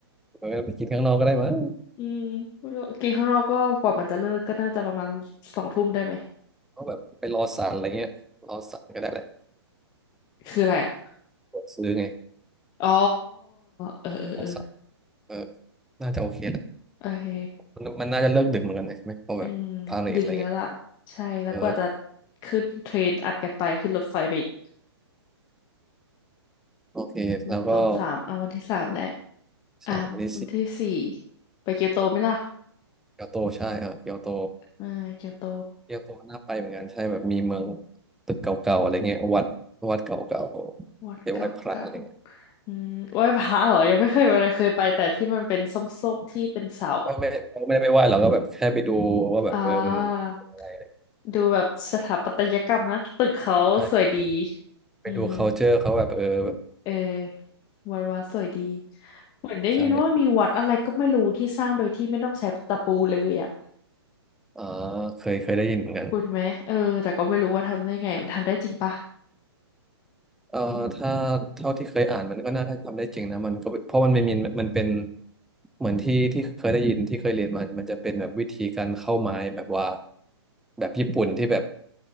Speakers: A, in the centre; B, on the left (about 25°).
A: เออไปกินข้างนอกก็ได้มั้ง
B: อืมกินข้างนอกก็กว่ามันจะเลิกก็น่าจะประมาณสองทุ่มได้ไหม
A: เอาแบบไปรอสารอะไรเงี้ยรอสารก็ได้แหละ
B: คืออะไรอะ
A: กดซื้อไง
B: อ๋อเออเออเออ
A: รอสารเออน่าจะโอเคแหละ
B: โอเค
A: มันมันน่าจะเลิกดึกเหมือนกันเลยใช่ไหมเพอแบบพาเลทอะไรเงี้ย
B: อืมดึกอยู่แล้วล่ะใช่แล้วกว่าจะ
A: เออ
B: ขึ้นเทรนอัดกันไปขึ้นรถไฟไปอีก
A: โอเคแล้วก็
B: หนึ่งสองสามเอาวันที่สามแล้ว อ้าววันที่สี่
A: สามลิซิ
B: ไปเกียวโตไหมล่ะ
A: เกียวโตใช่ครับเกียวโต
B: อ่าเกียวโต
A: เกียวโตน่าไปเหมือนกันใช่แบบมีเมืองตึกเก่าๆอะไรเงี้ยวัดวัดเก่าๆไปไหว้พระอะไรเงี้ย
B: วัดเก่าเก่าอืมไหว้พระเหรอยังไม่เคยไปเลยเคยไปแต่ที่มันเป็นส้มๆที่เป็นเสา
A: ไม่ไม่เราไม่ได้ไปไหว้เราก็แบบแค่ไปดูว่าแบบเออมันเป็นอะไรอะไร
B: อ่าดูแบบสถาปัตยกรรมนะ ตึกเขาสวยดี
A: ใช่ไปดูไปดู
B: อืม
A: culture เขาแบบเออแบบ
B: เออวัดวัดสวยดี เหมือนได้ยินว่ามีวัดอะไรก็ไม่รู้ที่สร้างโดยที่ไม่ต้องใช้ตะปูเลยอ่ะ
A: ใช่อ่าเคยเคยได้ยินเหมือนกัน
B: คุณไหมเออแต่ก็ไม่รู้ว่าทำได้ไง มันทำได้จริงปะ
A: เอ่อถ้าเท่าที่เคยอ่านมันก็น่าได้ทำได้จริงนะมันก็เพราะมันไม่มีมันเป็นเหมือนที่ที่เคยได้ยินที่เคยเรียนมันมันจะเป็นแบบวิธีการเข้าไม้แบบว่าแบบญี่ปุ่นที่แบบ